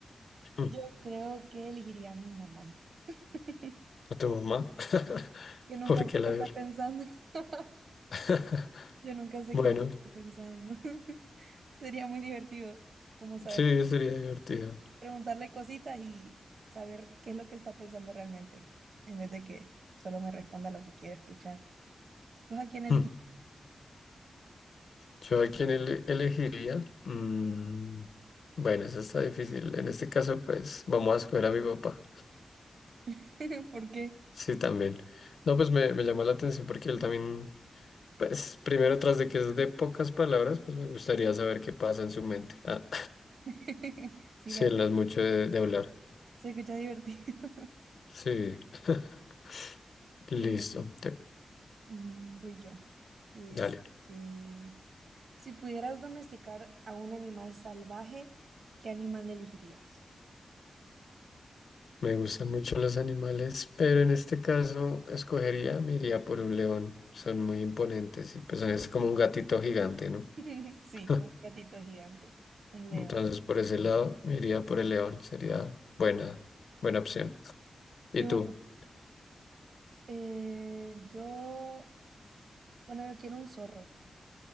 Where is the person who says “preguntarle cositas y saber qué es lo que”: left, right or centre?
Right